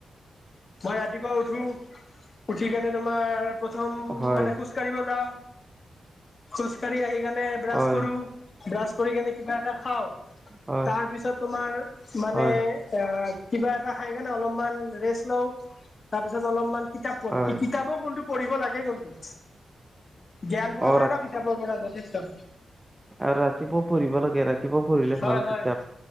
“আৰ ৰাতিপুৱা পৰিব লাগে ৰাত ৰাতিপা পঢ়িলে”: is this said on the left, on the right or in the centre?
Right